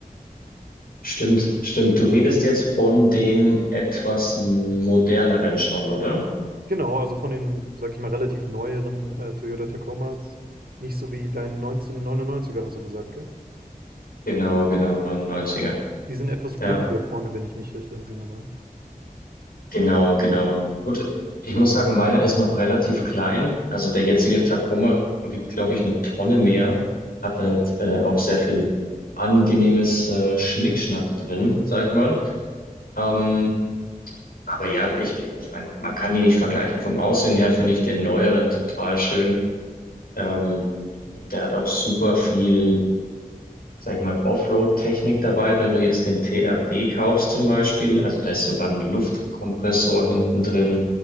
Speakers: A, on the left (about 80°); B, on the right (about 85°).
A: Stimmt, stimmt. Du redest jetzt von den etwas moderneren schon, oder?
B: Genau, also von den, sag ich mal, relativ neueren äh, Toyota Tacomas, nicht so wie dein 1999er, hast du gesagt, gell?
A: Genau, genau, 99
B: Die sind etwas bulliger
A: Ja.
B: vorne, wenn ich mich recht entsinne. Ne?
A: Genau, genau. Gut, ich muss sagen, meiner ist noch relativ klein. Also der jetzige Tacoma wiegt, glaube ich, eine Tonne mehr. Hat halt äh, auch sehr viel angenehmes äh, Schnickschnack drin, sag ich mal. Ähm, aber ja, ich, ich meine, man kann die nicht vergleichen. Vom Aussehen her finde ich den neueren total schön. Ähm, und der hat auch super viel, sag ich mal, Offroad-Technik dabei. Wenn du jetzt den TRD kaufst zum Beispiel, also da ist sogar ein Luftkompressor hinten drin